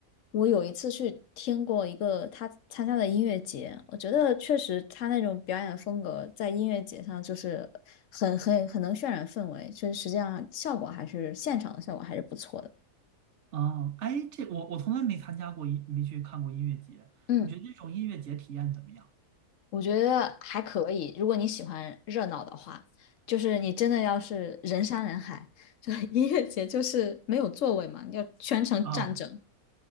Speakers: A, on the left (about 60°); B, on the right (about 60°).
A: 我有一次去听过一个他参加的音乐节，我觉得确实他那种表演风格在音乐节上就是很很很能渲染氛围，就是实际上效果还是现场的效果还是不错的。
B: 啊，哎，这我我从来没参加过音，没去看过音乐节，
A: 嗯，
B: 你觉得这种音乐节体验怎么样？
A: 我觉得还可以，如果你喜欢热闹的话，就是你真的要是人山人海，就 <laughs> 音乐节就是没有座位嘛，你要全程站着，
B: 啊